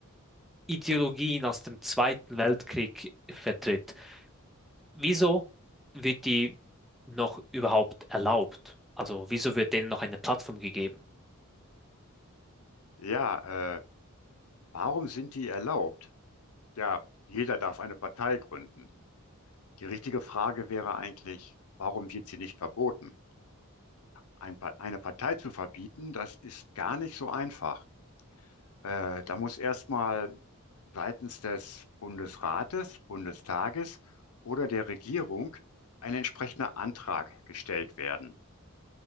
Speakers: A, in the centre; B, on the left (about 80°).
A: Ideologien aus dem Zweiten Weltkrieg vertritt, wieso wird die noch überhaupt erlaubt? Also wieso wird denen noch eine Plattform gegeben?
B: Ja, äh, warum sind die erlaubt? Ja, jeder darf eine Partei gründen. Die richtige Frage wäre eigentlich, warum wird sie nicht verboten? Ein, Pa- eine Partei zu verbieten, das ist gar nicht so einfach. Äh, da muss erstmal seitens des Bundesrates, Bundestages oder der Regierung ein entsprechender Antrag gestellt werden.